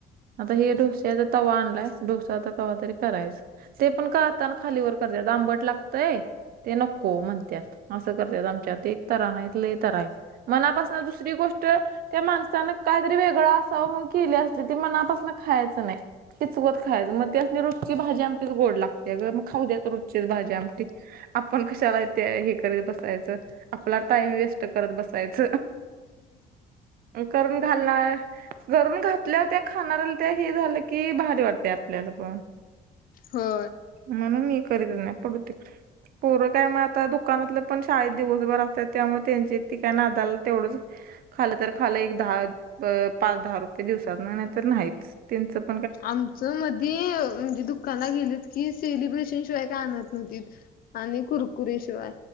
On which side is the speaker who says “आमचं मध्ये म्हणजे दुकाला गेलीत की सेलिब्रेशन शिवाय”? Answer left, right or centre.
Left